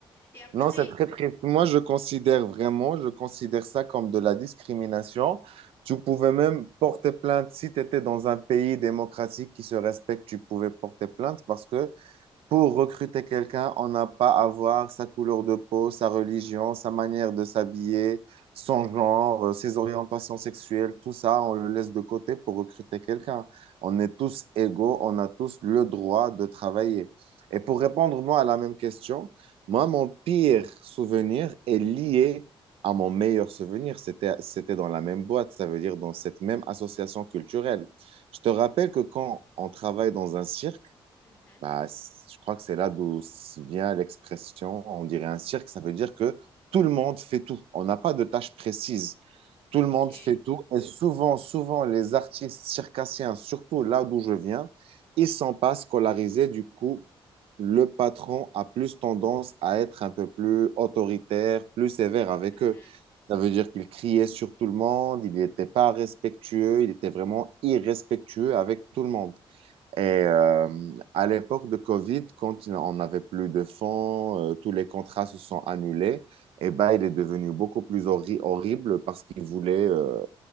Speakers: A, on the left (about 20°); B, on the right (about 80°).
A: Et après,
B: Non, c'est très triste. Moi, je considère vraiment, je considère ça comme de la discrimination. Tu pouvais même porter plainte si tu étais dans un pays démocratique qui se respecte, tu pouvais porter plainte parce que Pour recruter quelqu'un, on n'a pas à voir sa couleur de peau, sa religion, sa manière de s'habiller, son genre, euh, ses orientations sexuelles, tout ça, on le laisse de côté pour recruter quelqu'un. On est tous égaux, on a tous le droit de travailler. Et pour répondre, moi, à la même question, moi, mon pire souvenir est lié à mon meilleur souvenir. C'était, c'était dans la même boîte, ça veut dire dans cette même association culturelle. Je te rappelle que quand on travaille dans un cirque,
A: Mhm.
B: bah, c- je crois que c'est là d'où s- vient l'expression, on dirait un cirque, ça veut dire que tout le monde fait tout. On n'a pas de tâche précise.
A: Ok,
B: Tout le monde fait tout. Et souvent, souvent, les artistes circassiens, surtout là d'où je viens, ils sont pas scolarisés. Du coup, le patron a plus tendance à être un peu plus autoritaire, plus sévère avec
A: Mhm.
B: eux. Ça veut dire qu'il criait sur tout le monde, il n'était pas respectueux, il était vraiment irrespectueux avec tout le monde. Et euh, à l'époque de Covid, quand on n'avait plus de fonds, euh, tous les contrats se sont annulés. Et ben, il est devenu beaucoup plus horri- horrible parce qu'il voulait, euh,